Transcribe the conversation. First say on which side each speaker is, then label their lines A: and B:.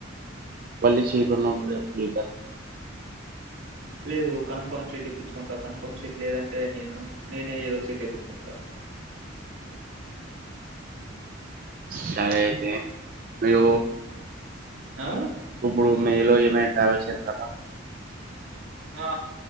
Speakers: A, on the right; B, on the right.
A: వళ్లి చీర్లు ఉన్నబ్బుడు అప్పులు ఈక్బ్యా
B: లేదు కన్ఫర్మ్ సీట్ ఇప్పించుకుంటా కన్ఫర్మ్ సీట్ లేదంటే నేను నేనే ఏదో సీట్ ఎతుక్కుంటా
A: సరే అయితే మీరు
B: ఆ
A: ఇప్పుడు మీరు ఏమైనా ట్రావెల్ చేత్తరా
B: ఆ